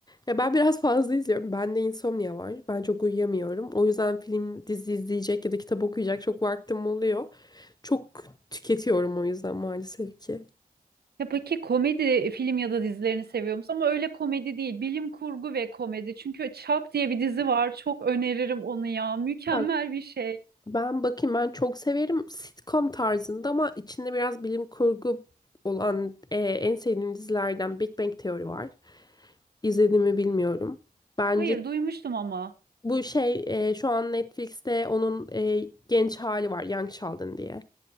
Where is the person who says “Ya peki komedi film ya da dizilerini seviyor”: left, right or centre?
Right